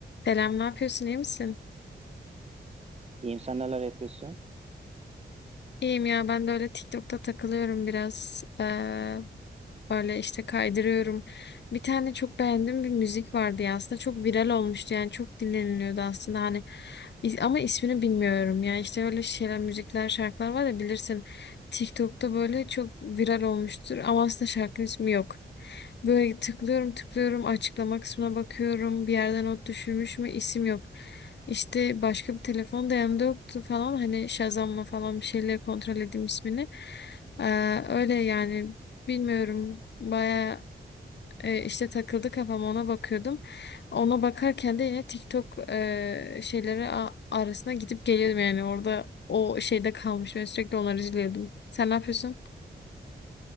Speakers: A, on the left; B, on the right.
A: Selam, ne yapıyorsun? İyi misin?
B: İyiyim sen neler yapıyorsun?
A: İyiyim ya ben de öyle TikTok'ta takılıyorum biraz. Ee, Böyle işte kaydırıyorum. Bir tane çok beğendiğim bir müzik vardı ya aslında çok viral olmuştu yani çok dinleniliyordu aslında hani İ- ama ismini bilmiyorum ya işte öyle şeyler müzikler şarkılar var ya bilirsin TikTok'ta böyle çok viral olmuştur ama aslında şarkının ismi yok. Böyle tıklıyorum tıklıyorum açıklama kısmına bakıyorum bir yerden not düşürmüş mü isim yok. İşte başka bir telefon da yanımda yoktu falan hani Shazam'la falan bir şeyle kontrol edeyim ismini. Ee, öyle yani Bilmiyorum. Baya e, işte takıldı kafam ona bakıyordum. Ona bakarken de yine TikTok e, şeyleri a- arasına gidip geliyordum yani orada o şeyde kalmış. Ben sürekli onları izliyordum. Sen ne yapıyorsun?